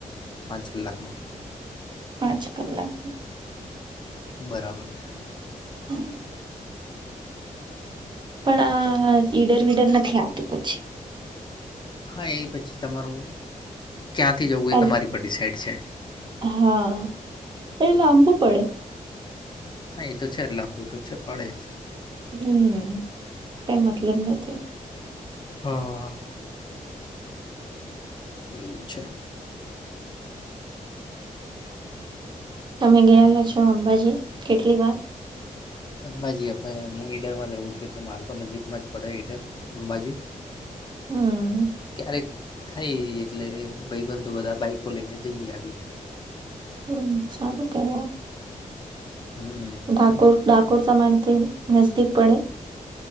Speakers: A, on the left (about 35°); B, on the right (about 35°).
A: પાંચ કલાકમાં.
B: પાંચ કલાક.
A: બરાબર છે.
B: <inaudible> પણ આ ઈડર વિડર નથી આવતું પછી
A: હા એ પછી તમારું ક્યાંથી જવું એ
B: અલ
A: તમારી પર ડીસાઇડ છે.
B: હા, એ લાંબુ પડે
A: હ એ તો છે જ ના. તો છે પડે જ.
B: હમ કઈ મતલબ નથી.
A: હા હ. એવું છે?
B: તમે ગયેલા છો અંબાજી કેટલી વાર?
A: અંબાજી હું ઈડરમાં જ રહું છું એટલે મારુ તો નજીકમાં જ પડે ઈડર અંબાજી.
B: હમ્મ
A: ક્યારેક થઈ એટલે ભાઈબંધુ બધા બાઈકો લઈને જઈ આવીએ.
B: હમ સારું કેહવાય.
A: હમ
B: ઠાકોર ડાકોર ડાકોર તમારથી નજદીક પડે?